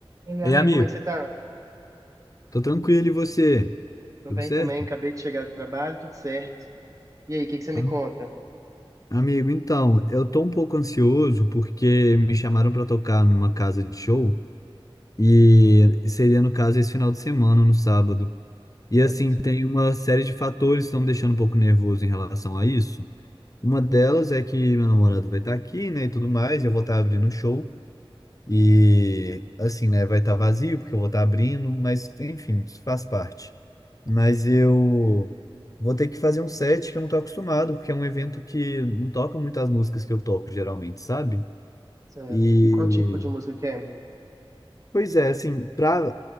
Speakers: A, on the right; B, on the left.
A: E aí,
B: Ei,
A: amigo,
B: amigo,
A: como é que você tá?
B: tô tranquilo e você?
A: Tô
B: Tudo
A: bem
B: certo?
A: também, acabei de chegar do trabalho, tudo certo. E aí, o que que você me
B: Tá.
A: conta?
B: Amigo, então, eu tô um pouco ansioso porque me chamaram pra tocar numa casa de show e seria, no caso, esse final de semana, no sábado. E
A: Certo,
B: assim, tem uma série de fatores que estão me deixando um pouco nervoso em relação a isso. Uma delas é que meu namorado vai estar aqui, né, e tudo mais, e eu vou estar abrindo o show. E assim, né, vai estar vazio porque eu vou estar abrindo, mas enfim, isso faz parte. Mas eu vou ter que fazer um set que eu não tô acostumado, porque é um evento que não toca muito as músicas que eu toco geralmente, sabe?
A: certo.
B: E
A: E qual tipo de música que é?
B: pois é, assim, pra